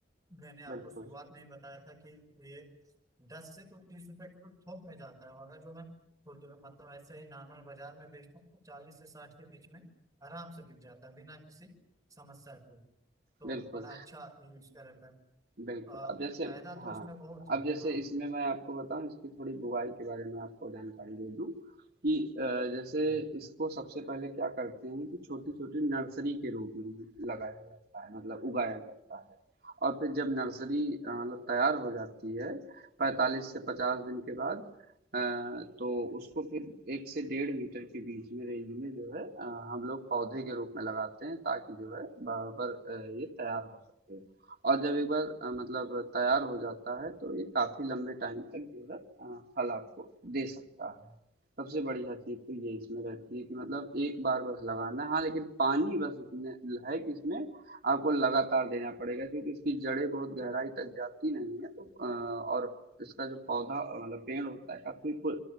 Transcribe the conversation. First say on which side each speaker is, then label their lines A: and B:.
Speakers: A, on the right; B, on the right.
A: मैंने आपको
B: बिल्कुल
A: शुरुआत में ही बताया था कि ये दस से तो तीस रुपए किलो थोक में जाता है और अगर जो मैं खुदरा मतलब ऐसे ही नॉर्मल बाजार में बेचता हूँ तो चालीस से साठ के बीच में आराम से बिक जाता है बिना किसी समस्या के तो
B: बिल्कुल
A: बड़ा अच्छा ये इसका रहता है
B: बिल्कुल,
A: अ,
B: अब जैसे
A: फायदा तो
B: हाँ,
A: इसमें बहुत है
B: अब जैसे
A: हाँ
B: इसमें मैं आपको बताऊँ इसकी थोड़ी बुवाई के बारे में आपको जानकारी दे दूँ कि अ, जैसे
A: हम्म।
B: इसको सबसे पहले क्या करते हैं कि छोटी-छोटी नर्सरी के रूप में लगाया जाता है मतलब उगाया जाता है और फिर जब नर्सरी अ, मतलब तैयार हो जाती है 45 से 50 दिन के बाद अ, तो उसको फिर 1 से डेढ़ मीटर के बीच में रेंज में जो है अ, हम लोग पौधे के रूप में लगाते हैं ताकि जो है बराबर अ, ये तैयार हो सके और जब एक बार अ, मतलब तैयार हो जाता है तो ये काफी लंबे टाइम तक जो है अ, फल आपको दे सकता है सबसे बढ़िया चीज तो ये इसमें रहती है कि मतलब एक बार बस लगाना है हाँ लेकिन पानी बस इतने है कि इसमें आपको लगातार देना पड़ेगा क्योंकि इसकी जड़ें बहुत गहराई तक जाती नहीं है तो अ, और इसका जो पौधा अ, मतलब पेड़ होता है काफी खो-